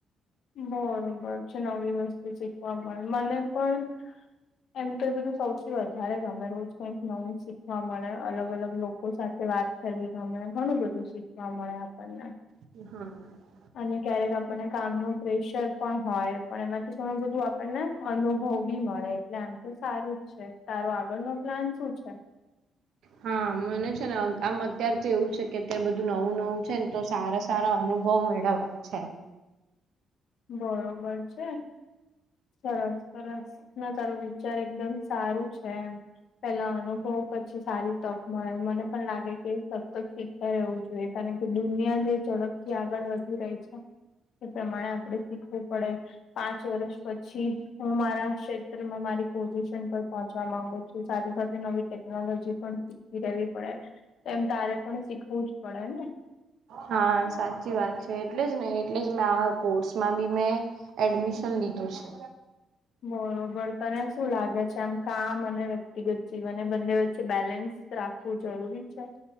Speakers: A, on the left; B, on the right.
A: બરોબર છે નવી વસ્તુ શીખવા મળે મને પણ એમ તો એ બધું સૌથી વધારે જ ગમે રોજ કઈક નવું શીખવા મળે અલગ અલગ લોકો લોકો સાથે વાત કરવી ગમને ઘણું બધું શીખવા મળે આપણને
B: હા
A: અને ક્યારેક આપણને કામનું પ્રેશર પણ હોય પણ એમાંથી ઘણું બધું આપણને અનુભવ બી મળે એટલે આમ તો સારું તારો આગળનોો પ્લાન શું છે
B: હા મને છે ને આમ અત્યાર તોથી એવું છે કે અત્યારે બધું નવું નવું છે ને તો સારા સારા અનુભવ મેળવવા છે એમ
A: બરોબર છે સરસ સરસ ના તારો વિચાર એકદમ સારું છે એમ પેલા અનુભવ પછી સારી તક મળે મને પણ લાગે કે સતત ઠીકતા રહેવું જોઈએ કારણ કે દુનિયા જે ઝડપથી આગળ વધી રહી છે એ પ્રમાણે આપડે શીખવું પડે પાંચ વર્ષ પછી હું મારા ક્ષેત્રમાં મારી પોઝિશન પર પહોંચવા માંગુ છ સાથે સાથે નવી ટેકનોલોજી પણ શીખવી રહેેવી પડે એમ તારે પણ શીખવું જ પડે ને
B: હા સાચી વાત છે એટલે જ ને એટલે જ મે આ કોર્સમાં બી મેં એડમિશન લીધું છે
A: બરોબર તને શું લાગે છે આમ કામ અને વ્યક્તિગત જીવન એ બંને વચ્ચે બેલેન્સ રાખ આખું જરૂરી છે